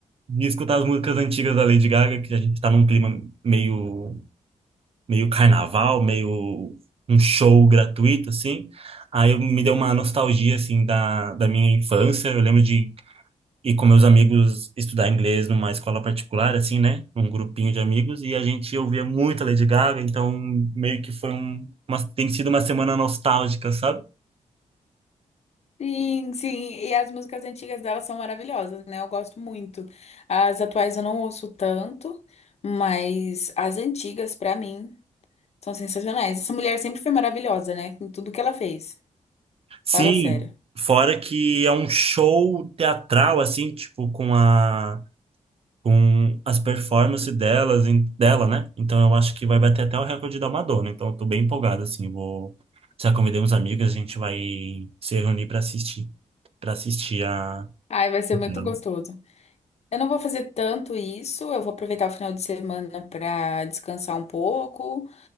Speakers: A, on the right (about 50°); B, on the left (about 55°).
A: de escutar as músicas antigas da Lady Gaga, que a gente tá num clima meio, meio carnaval, meio um show gratuito, assim. Aí eu, me deu uma nostalgia, assim, da, da minha infância. Eu lembro de ir com meus amigos estudar inglês numa escola particular, assim, né? Um grupinho de amigos. E a gente ouvia muito a Lady Gaga, então meio que foi um, uma, tem sido uma semana nostálgica, sabe?
B: Sim, sim. E as músicas antigas dela são maravilhosas, né? Eu gosto muito. As atuais eu não ouço tanto, mas as antigas, pra mim, são sensacionais. Essa mulher sempre foi maravilhosa, né? Em tudo que ela fez.
A: Sim,
B: Fala sério.
A: fora que é um show teatral, assim, tipo, com a com as performances delas, em- dela, né? Então eu acho que vai bater até o recorde da Madonna. Então eu tô bem empolgado, assim. Vou, já convidei uns amigos, a gente vai se reunir para assistir, para assistir a
B: Ai, vai ser
A: dela.
B: muito gostoso. Eu não vou fazer tanto isso, eu vou aproveitar o final de semana para descansar um pouco,